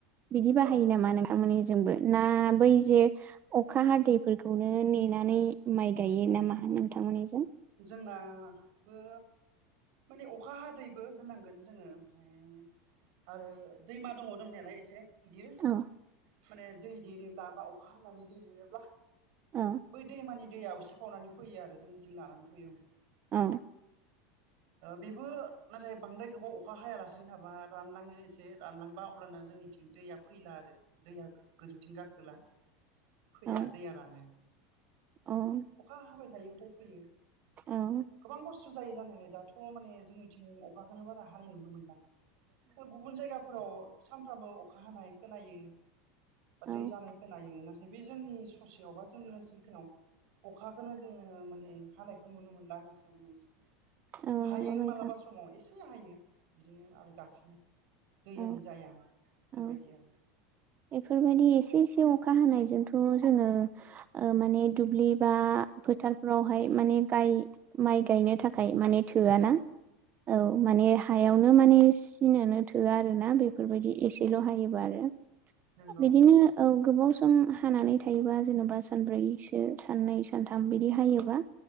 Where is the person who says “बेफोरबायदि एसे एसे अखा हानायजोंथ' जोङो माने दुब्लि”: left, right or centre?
Right